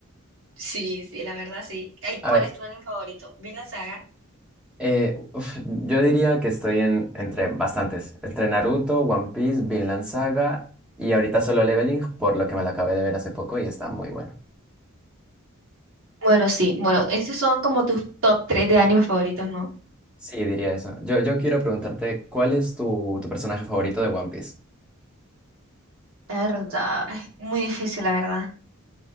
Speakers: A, on the right (about 65°); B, in the centre.
A: Sí, sí, la verdad sí. ¿Y cuál
B: A ver,
A: es tu anime favorito? ¿Bien la saga?
B: eh, uf, yo diría que estoy en, entre bastantes. Entre Naruto, One Piece, Vinland Saga y ahorita Solo Leveling, por lo que me lo acabé de ver hace poco y está muy bueno.
A: Bueno, sí, bueno, estos son como tus top 3 de animes favoritos, ¿no?
B: Sí, diría eso. Yo, yo quiero preguntarte, ¿cuál es tu, tu personaje favorito de One Piece?
A: La verdad, es muy difícil, la verdad.